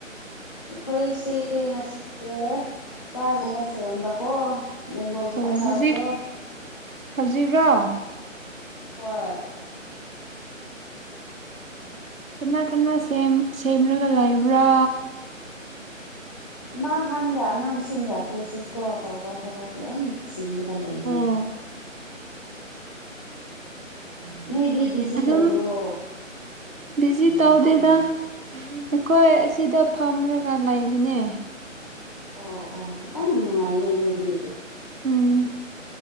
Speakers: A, on the left; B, on the right.
A: ꯑꯩꯈꯣꯏꯁꯦ ꯉꯁꯤꯁꯦ ꯑꯆꯥꯔꯒꯨꯝꯕ ꯁꯦꯝꯕꯀꯣ꯫ ꯃꯦꯡꯒꯣꯒꯤ
B: ꯑꯣ
A: ꯑꯆꯥꯔꯗꯣ
B: ꯍꯧꯖꯤꯛ ꯍꯧꯖꯤꯛꯔꯣ꯫
A: ꯍꯣꯏ꯫
B: ꯀꯅꯥ ꯀꯅꯥ ꯁꯦꯝ ꯁꯦꯝꯔꯒ ꯂꯩꯕ꯭ꯔꯥ꯫
A: ꯏꯃꯥꯍꯟꯒ ꯑꯉꯥꯡꯁꯤꯡꯒ ꯑꯩꯈꯣꯏ ꯁꯤꯁꯀꯣ ꯇꯧꯕ ꯊꯕꯛ ꯌꯥꯝ ꯆꯤꯜꯂꯒ ꯂꯩꯅꯦ꯫
B: ꯑꯣ <inaudible>
A: ꯅꯣꯏꯗꯤ ꯕꯤꯖꯤ
B: ꯑꯗꯨꯝ
A: ꯇꯧꯗ꯭ꯔꯣ
B: ꯕꯤꯖꯤ ꯇꯧꯗꯦꯗ ꯑꯩꯈꯣꯏ ꯑꯁꯤꯗ ꯐꯝꯔ ꯒ ꯂꯩꯕꯅꯦ꯫
A: ꯑꯣ ꯑꯣ ꯌꯥꯝ ꯅꯨꯡꯉꯥꯏꯅꯦ ꯅꯣꯏꯗꯤ꯫
B: ꯎꯝ